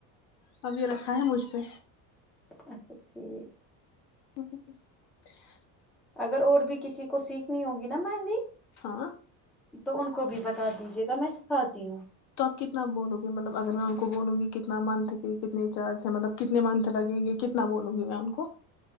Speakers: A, on the left; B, in the centre.
A: اب یہ رکھا ہے مجھ پہ
B: اچھاچ ٹھیک
A: ہ <unintelligible>
B: اگر اور بھی کسی کو سیکھنی ہوگی نا مہندی
A: ہاں
B: تو ان کو بھی بتا دیجیے گا میں سکھاتی ہوں
A: تو آپ کتنا بولو گے مطلب اگر میں ان کو بولوں گی کتنا منتھ کی کتنے چارج ہیں مطلب کتنے منتھ لگیں گے کتنا بولوں گی میں ان کو